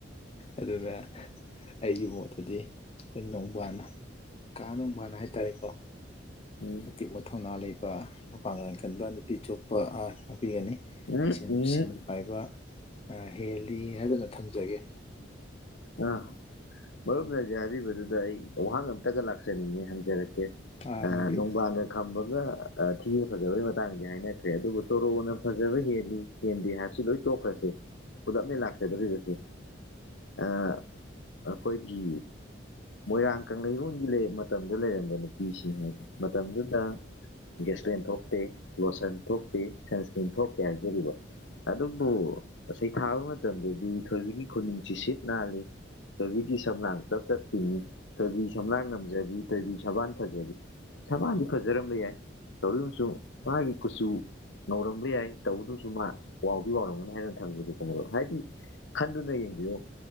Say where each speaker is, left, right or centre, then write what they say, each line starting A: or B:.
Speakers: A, on the left; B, on the left.
A: ꯑꯗꯨꯅ ꯑꯩꯒꯤ ꯃꯣꯠꯇꯗꯤ ꯑꯩꯈꯣꯏ ꯅꯣꯡꯕꯥꯅ ꯀꯥ ꯅꯣꯡꯕꯥꯟ ꯍꯥꯏꯇꯥꯔꯦꯀꯣ
B: ꯎꯝ
A: ꯑꯇꯦꯛꯄ ꯊꯧꯅꯥ ꯂꯩꯕ ꯃꯄꯥꯡꯒꯜ ꯀꯟꯕ ꯅꯨꯄꯤ ꯆꯨꯞꯄ ꯌꯥꯄꯤꯒꯅꯤ
B: ꯎꯝ ꯎꯝ
A: ꯁꯦꯜ ꯄꯥꯏꯕ ꯍꯦꯜꯂꯤ ꯍꯥꯏꯗꯅ ꯊꯝꯖꯒꯦ
B: ꯑꯥ ꯃꯔ ꯅꯖꯕꯤꯕꯗꯨꯗ ꯑꯩ ꯋꯥꯍꯪ ꯑꯝꯇꯒ ꯂꯥꯛꯆꯅꯤꯡꯉꯤ ꯍꯪꯖꯔꯛꯀꯦ
A: ꯑꯥ
B: ꯅꯅꯨꯡꯕꯥꯡꯒ
A: ꯍꯪꯕꯤꯌꯨ
B: ꯈꯝꯕꯒ ꯊꯤꯕ ꯐꯖꯕꯒꯤ ꯃꯇꯥꯡꯗꯤ ꯍꯥꯏꯅꯈ꯭ꯔꯦ ꯑꯗꯨꯕꯨ ꯇꯣꯔꯣꯅ ꯐꯖꯕ ꯍꯦꯜꯂꯤ ꯍꯦꯟꯗꯦ ꯍꯥꯏꯕꯁꯨ ꯂꯣꯏ ꯇꯣꯛꯈ꯭ꯔꯁꯦ ꯄꯨꯂꯞꯅꯦ ꯂꯥꯛꯆꯗꯣꯧꯔꯤꯕꯁꯦ ꯑꯩꯈꯣꯏꯒꯤ ꯃꯣꯏꯔꯥꯡ ꯀꯪꯂꯩꯔꯂꯣꯟꯒꯤꯒꯤ ꯃꯇꯝꯗ ꯂꯩꯔꯝꯕ ꯅꯨꯄꯤꯁꯤꯡ ꯍꯥꯏꯁꯦ ꯃꯇꯝꯗꯨꯗ ꯒꯦꯁꯇꯦꯟ ꯊꯣꯛꯇꯦ ꯂꯣꯁꯟ ꯊꯣꯛꯇꯦ ꯁꯟꯁꯀ꯭ꯟ ꯊꯣꯛꯇꯦ ꯍꯥꯏꯖꯔꯤꯕ ꯑꯗꯨꯕꯨ ꯉꯩ ꯊꯥꯕ ꯃꯇꯝꯗꯗꯤ ꯊꯣꯏꯕꯤꯒꯤ ꯈꯨꯅꯨꯡꯁꯤ ꯁꯤꯠ ꯅꯥꯍꯜꯂꯤ ꯇꯣꯏꯕꯤꯒꯤ ꯁꯝꯂꯥꯡ ꯇꯞ ꯆꯠꯈꯤꯅꯤ ꯊꯣꯏꯕꯤ ꯁꯝꯂꯥꯡ ꯉꯝꯖꯕꯤ ꯇꯣꯏꯕꯤ ꯁꯕꯥꯟ ꯐꯖꯕꯤ ꯁꯕꯥꯗꯤ ꯐꯖꯔꯝꯕ ꯌꯥꯏ ꯇꯧꯔꯤꯕꯁꯨ ꯃꯥꯒꯤ ꯀꯨꯆꯨ ꯉꯧꯔꯝꯕ ꯌꯥꯏ ꯇꯧꯕꯗꯨꯁꯨ ꯃꯥ ꯋꯥꯎꯗꯤ ꯋꯥꯎꯔꯝꯒꯅꯤ ꯍꯥꯏꯗꯅ ꯊꯝꯖꯒꯦ ꯀꯣꯃ ꯍꯥꯏꯗꯤ ꯈꯟꯅ ꯌꯦꯕꯤꯌꯣ